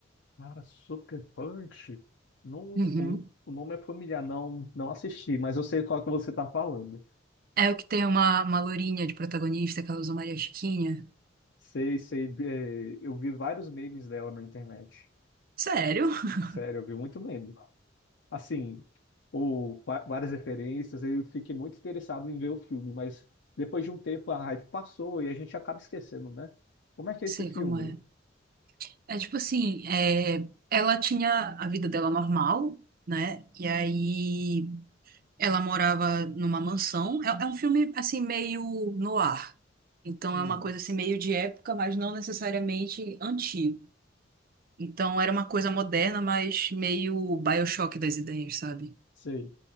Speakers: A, on the left (about 65°); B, on the right (about 50°).
A: Cara, Sucker Punch. Não,
B: Uhum.
A: o, o nome é familiar, não, não assisti, mas eu sei qual que você tá falando.
B: É o que tem uma, uma lourinha de protagonista que ela usa Maria Chiquinha.
A: Sei, sei. é, eu vi vários memes dela na internet.
B: Sério? <laughs>
A: Sério, eu vi muito meme. assim, o, va- várias referências, eu fiquei muito interessado em ver o filme, mas depois de um tempo a hype passou e a gente acaba esquecendo, né? Como é que é esse
B: Sei
A: filme?
B: como é. É tipo assim, é, ela tinha a vida dela normal, né? E aí ela morava numa mansão. É, é um filme assim meio no ar. Então
A: Hum,
B: é uma coisa assim meio de época, mas não necessariamente antigo. Então era uma coisa moderna, mas meio BioShock das ideias, sabe?
A: Sei.